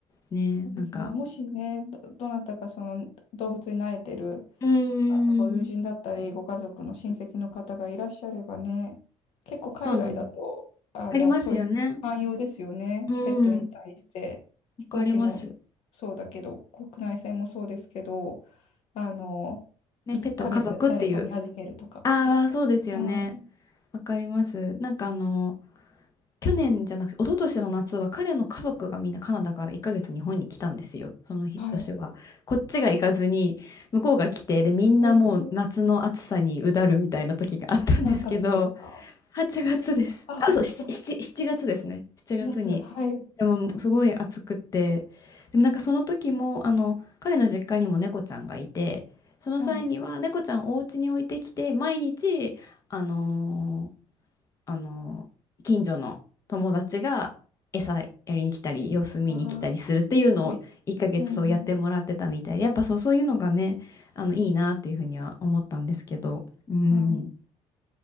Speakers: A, on the left; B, on the left.
A: ね、
B: そうですね。
A: なんか
B: もしね、ど、どなたかその動物に慣れてる
A: うー
B: あのご友人だったり、
A: ん。
B: ご家族の親戚の方がいらっしゃればね、結構海外だと、
A: そうなんです
B: あの、
A: ありますよね。
B: そういう寛容ですよね。
A: うん、
B: ペットに対して。
A: わ
B: 飛行機もそうだけど、
A: かります。
B: 国内線もそうですけど、あの、
A: ね、
B: 1ヶ月誰かに預けるとか。
A: ペットは家族っていう。ああ、そうですよね。
B: うん。
A: わかります。なんかあの、去年じゃなくて、一昨年の夏は彼の家族がみんなカナダから1ヶ月日本に来たんですよ。その日年は。
B: はい。
A: こっちが行かずに、向こうが来て、で、みんなもう夏の暑さにうだるみたいな時があったんですけど、
B: えー何月ですか
A: 8月です。
B: ああー、
A: あ、そう、7、
B: 月、
A: 7月ですね。7月に。
B: 4月、はい、
A: でも、すごい暑くて。でもなんかその時も、あの、彼の実家にも猫ちゃんがいて、その際には猫ちゃんをお家に置いてきて、
B: はい。
A: 毎日、あのーあのー近所の友達が餌やりに来たり、様子見に来たりするっていうのを1ヶ月そうやってもらってたみたいで、
B: ああ、はいうん、
A: やっぱそう、そういうのがね、あの、いいなっていうふうには思ったんですけど、うん。
B: はい。